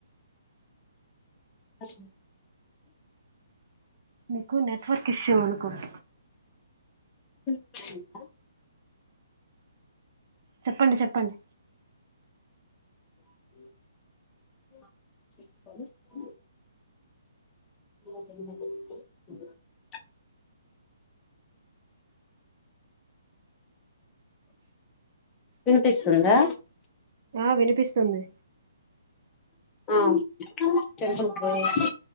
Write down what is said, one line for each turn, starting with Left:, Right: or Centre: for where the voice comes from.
Left: అత్
Right: మీకు నెట్వర్క్ ఇష్యూ అనుకుంట
Left: విన్పిస్తుందా
Right: చెప్పండి చెప్పండి
Left: <unintelligible> అ విన్పిస్తుందా
Right: ఆ వినిపిస్తుంది
Left: ఆ టెంపుల్ కి పోయేసి